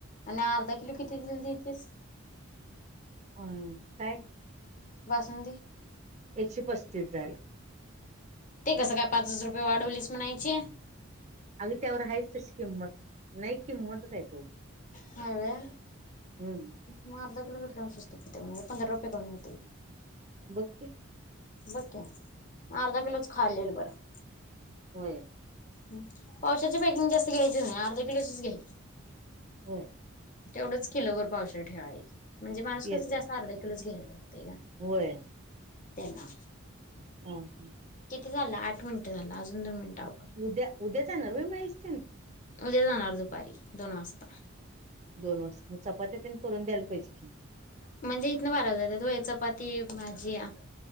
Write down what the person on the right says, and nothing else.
अम, काय?
एकशे पस्तीस झालं
अगं त्यावर आहेच तशी किंमत, नाही किंमतच आहे ती
हम्म
बघ की
होय
होय
येते
होय
<unintelligible>
उद्या, उद्या जाणार व्हय महेश तेनी?
दोन वाजता म चपात्यातेन करून द्यायला पाहिजे कि?